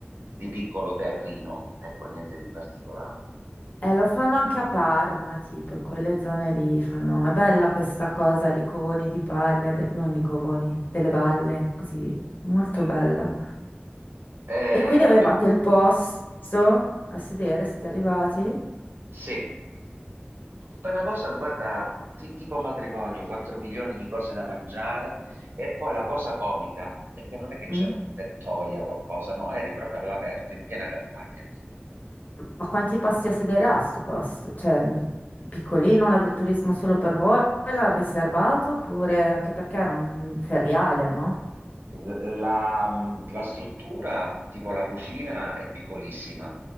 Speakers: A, on the right; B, on the left.
A: di piccolo teatrino, ecco, niente di particolare.
B: eh, lo fanno anche a Parma, tipo, in quelle zone lì fanno... È bella questa cosa di covoni di paglia, de- non i covoni, delle balle, così, molto
A: Eh,
B: bella.
A: eh,
B: E quindi avevate il posto a sedere, siete arrivati?
A: sì, poi una cosa, guarda, ti- tipo matrimonio, 4 milioni di cose da mangiare e poi la cosa comica è che non è che c'era
B: Mm?
A: un tettoia o qualcosa, no, eri proprio all'aperto, in piena campagna.
B: Ma quanti posti a sedere ha sto posto? Cioè, piccolino, l'agriturismo solo per voi? L'ha riservato oppure anche perché era un feriale, no?
A: L- La, la struttura, tipo la cucina, è piccolissima.